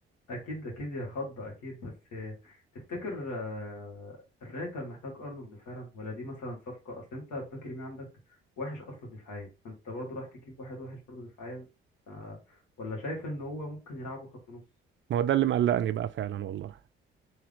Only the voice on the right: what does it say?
ما هو ده اللي مقلقني بقى فعلا والله